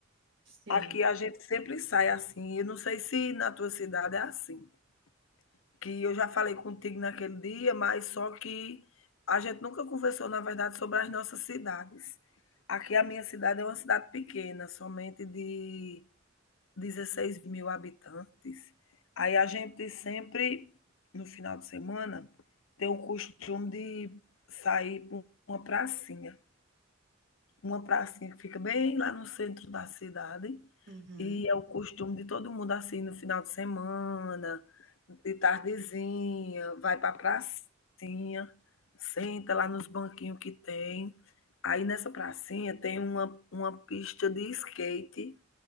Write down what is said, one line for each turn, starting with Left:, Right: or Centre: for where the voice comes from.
Right: <laughs> sim.
Left: Aqui a gente sempre sai assim, eu não sei se na tua cidade é assim. que eu já falei contigo naquele dia, mas só que a gente nunca conversou, na verdade, sobre as nossas cidades. Aqui a minha cidade é uma cidade pequena, somente de 16 mil habitantes. Aí a gente sempre, no final de semana, tem o costume de sair para uma pracinha. Uma pracinha que fica bem lá no centro da cidade.
Right: Uhum.
Left: E é o costume de todo mundo, assim, no final de semana, de tardezinha, vai para a pracinha, senta lá nos banquinhos que tem. Aí nessa pracinha tem uma uma pista de skate